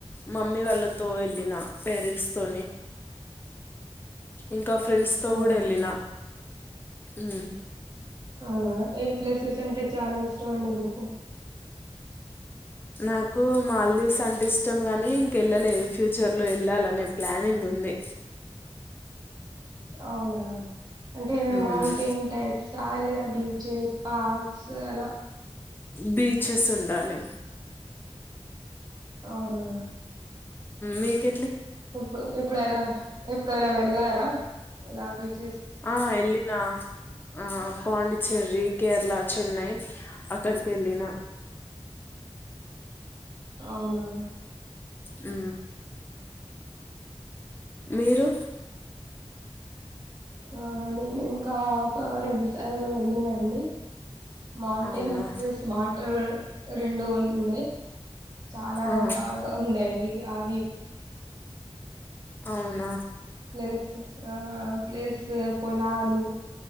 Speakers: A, on the left (about 20°); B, on the right (about 40°).
A: మమ్మీ వాళ్ళతో వెళ్ళిన పేరెంట్స్ తో ఇకా ఫ్రెండ్స్ తో
B: అవునా
A: కూడా వెళ్ళనా ఆ
B: అనా ఏ ప్లేసెస్ అంటే చాలా ఇష్టం అండి మీకు
A: నాకు మాాలదీవ్స్ అంటే ఇష్టం గాని ఇంకెళ్ళలేదు ఫ్యూచర్ లో వెళ్ళాలనే ప్లానింగ్ ఉంది
B: అవునా అంటే
A: ఉమ్.
B: మౌంటైన్ టైప్స్ కాాలేద బచేస్ పస్ ఎలా
A: బీచస్ ఉండాలి
B: అవునా
A: మీక
B: ఎప్పుడు ఎప్పుడైనా ఇప్పుడునా వెళ్ళారా ఎలా బీచ్
A: ఆ ఎలినా ఆ పాండిచ్చేరి కేరళ చెన్నై అక్కడికి వెళ్ళిన
B: అవునా
A: అ మీరు
B: ఆ నేను ఇంకా ఒక రెండు సార్లు వెళ్ళనండి మాౌంటెన్స్
A: అవునా
B: వాటర్ రెండ ఉడి చాలా
A: ఆ
B: బాగా ఉండడి ఆో
A: అవునా
B: ప్లస్ ఆ ప్లస్ పొలాలు